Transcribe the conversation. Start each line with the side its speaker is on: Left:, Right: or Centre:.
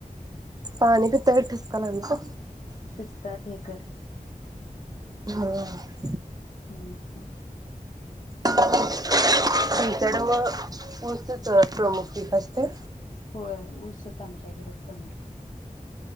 Right: पाणी पिताना ठसका लागला
Left: शिकतात हे कर
Right: हम्म
Left: ह्म्म ह
Right: आमच्याकड मोती चमकते काय ती
Left: होय ऊसत आमच्या कड प्रमुख पीक